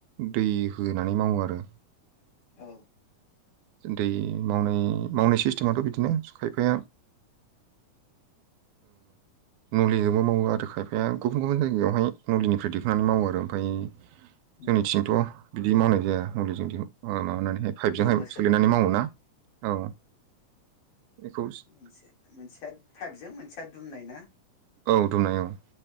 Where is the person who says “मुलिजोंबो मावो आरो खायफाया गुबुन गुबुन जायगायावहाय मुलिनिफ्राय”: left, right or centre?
Right